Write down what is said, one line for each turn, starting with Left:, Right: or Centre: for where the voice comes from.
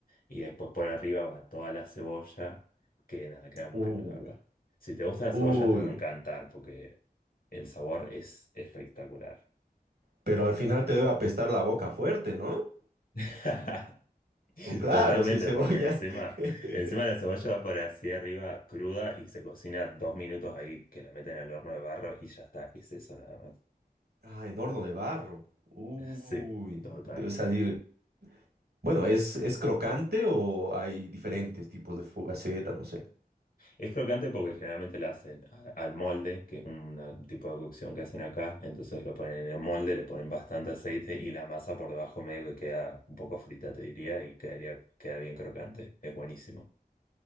Left: y después por arriba va toda la cebolla, que nada, queda muy
Right: Uy.
Left: rico, la verdad. Si te gusta la cebolla,
Right: Uy.
Left: te va a encantar, porque el sabor es espectacular.
Right: Pero al final te debe apestar la boca fuerte, ¿no?
Left: <laughs>
Right: O claro,
Left: Totalmente,
Right: si es cebolla.
Left: porque encima,
Right: <laughs>
Left: encima la cebolla va por así arriba cruda y se cocina dos minutos ahí que la meten al horno de barro y ya está, es eso nada más.
Right: Ah, en horno de barro. Uy.
Left: <laughs> Sí, total.
Right: Debe salir. Bueno, ¿es, es crocante o hay diferentes tipos de fugaceta? No sé.
Left: Es crocante porque generalmente la hacen a- al molde, que es un tipo de cocción que hacen acá, entonces lo ponen en el molde, le ponen bastante aceite y la masa por debajo medio que queda un poco frita, te diría, y quedaría, queda bien crocante, es buenísimo.